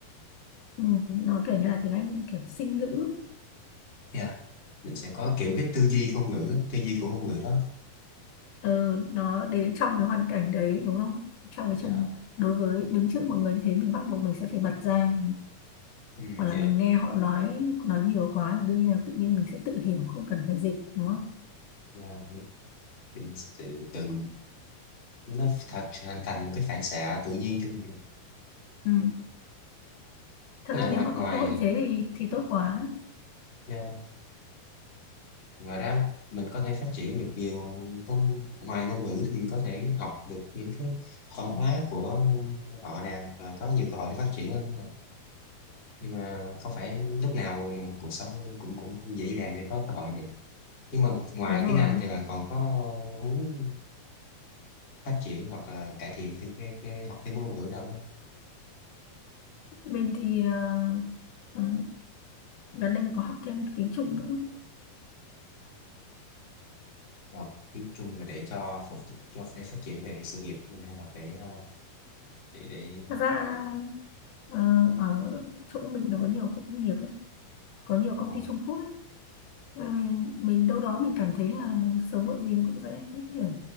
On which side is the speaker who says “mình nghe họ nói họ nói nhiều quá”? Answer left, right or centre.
Left